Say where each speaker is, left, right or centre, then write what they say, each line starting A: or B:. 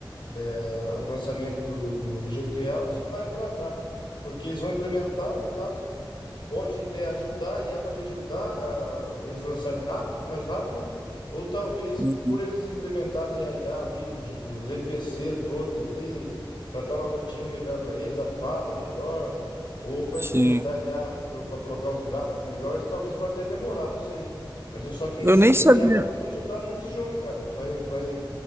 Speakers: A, on the left; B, on the right.
A: ah, o lançamento do, do, do- do GTA ou se vai atrasar. Porque eles vão implementar, no caso, pode até ajudar, a IA pode ajudar a eles lançarem rápido, mais rápido, né? Ou talvez
B: uhum,
A: por eles implementarem a IA ali nos, nos NPCs todos ali, para dar uma rotina melhor para eles, a fala melhor, ou para
B: sim.
A: implementar a IA para colocar os gráficos melhores, talvez pode até demorar, não sei. Mas eu só queria
B: Eu
A: sei
B: nem
A: que
B: sabia.
A: a IA vai, vai ajudar muito esse jogo, hein, cara. Vai, vai,